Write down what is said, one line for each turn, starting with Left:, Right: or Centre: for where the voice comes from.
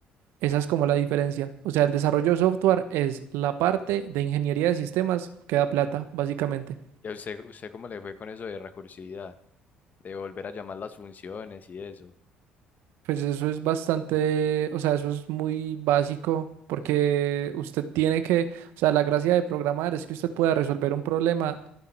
Right: Esa es como la diferencia. O sea, el desarrollo de software es la parte de ingeniería de sistemas que da plata, básicamente.
Left: ¿Y a usted, usted cómo le fue con eso de recursividad? De volver a llamar las funciones y eso.
Right: Pues eso es bastante, o sea, eso es muy básico porque usted tiene que, o sea, la gracia de programar es que usted pueda resolver un problema